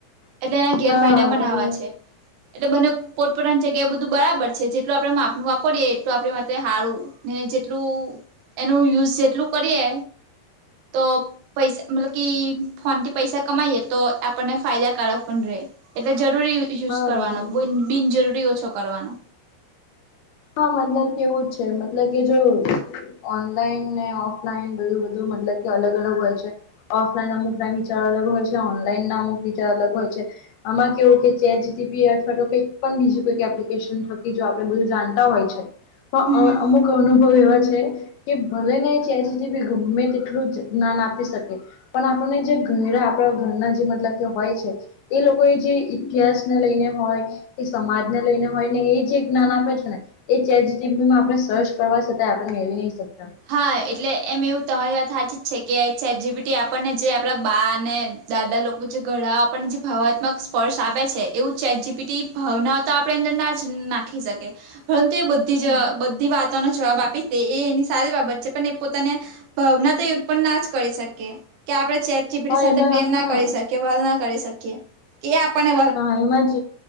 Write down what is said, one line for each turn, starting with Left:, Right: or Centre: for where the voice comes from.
Right: એટલે એના ગેરફાયદા
Left: હા હા
Right: પણ
Left: પછી
Right: આવા છે, એટલે બંને પોતપોતાની જગ્યા બધું બરાબર છે, જેટલૂ આપડે માપનું વાપરીએ એટલૂ આપણે માટે હારુ ને જેટ એટલું એનું યુઝ જેટલું કરીએ તો પૈસા મતલબ કે ફોનથી પૈસા કમાઈએ તો આપને ફાયદાકારક પણ રે એટલે જરૂરી યુઝ
Left: હા
Right: કરવાનો
Left: બધી
Right: બિનજરૂરી ઓછો કરવાનો
Left: હા મતલબ કે એવું જ છે મતલબ કે જો ઓનલાઈન ને ઓફલાઈન બધું બધું મતલબ કે અલગ અલગ હોય છે. ઓફલાઈન અમુક ના વિચાર અલગ હોય છે ઓનલાઈન ના અમુક વિચાર અલગ હોય છે. આમાં કેવું કે ચેટ જીટીપી અથવા તો કઈક પણ બીજીું કોઈક એપ્લિકેશન થકી જો આપડે બધું જાણ હોય છે પણ
Right: હમ
Left: અમુક અનુભવ એવા છે. કે ભલે ને છેજથી બી ગમે તેટલું જ જ્ઞાન આપી શકે પણ આપણને જે ઘડા આપણા ઘરના જે મતલબ કે હોય છે. એ લોકો એ જે ઈતિહાસ ને લઈને હોય, એ સમાજ ને લઈને હોય ને એ જે જ્ઞાન આપે છેને. એ ચેટમાં આપણે સર્ચ કરવા છતાય આપણે મેળવી નહી, શકતા
Right: હા એટલે એમ એવું તમારી વાત સાચી જ છે કે, છે, જબીટી આપણને જે આપણા બાને દાદા લોકો જે ઘડા આપણને જે ભાવાત્મક સ્પર્શ આપે છે, એવું ચે જીપીટી ભાવના તો આપણે અંદર ના જ નાખી શકી પરંતુ એ બધી
Left: હમ
Right: જ બધી વાતોનો જવાબ આપી તે એ એની સારી બાબત છે, પણ એ પોતાને ભાવના તો ના જ કરી શકે કે આપણે ચીપડી
Left: હા
Right: સાથે
Left: એમાં
Right: પ્રેમ
Left: હા
Right: ના કરી શકીએ, વલ ના કરી શકીએ કે આપણે
Left: હા એમાં જ